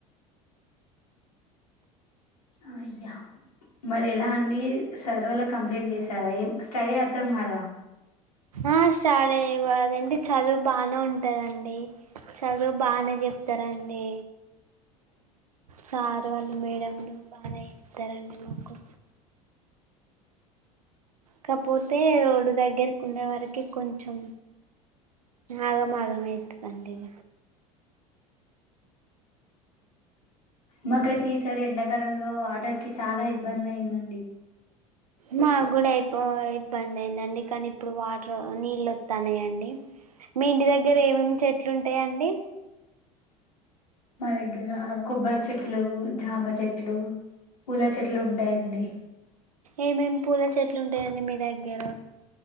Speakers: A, on the left; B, on the right.
A: అయ్యా మరి ఎలా అండి సర్ వాల్ల కంప్లైంట్ చేసారా ఏ స్టడీ అర్థం కదా
B: ఆ స్టడి అ దెంటి చదువు బానే ఉంటదండి చదువు బానే చెప్తారాండి సార్ వాళ్ళు మేడంలు బానే చెప్తారండి మాకు కాకపోతే రోడ్డు దగ్గరకు ఉండే వారికి కొంచెం ఆగం ఆగం అయితది అంత ఇగ
A: మాకైతే ఈసారీ ఎండాకాలంలో వాటర్ కి చాలా ఇబ్బంది అయిందండి
B: మా కూడా అయిపో ఇబ్బంది అయిందండి కానీ ఇప్పుడు వాటర్ నీళ్ళు వత్తనయండి మీ ఇంటి దగ్గర ఏమేమి చెట్లు ఉంటాయండి
A: మా దగ్గర కొబ్బరి చెట్లు జామ చెట్లు పూల చెట్లు ఉంటాయండి
B: ఏమేమి పూల చెట్లు ఉంటాయండి మీ దగ్గర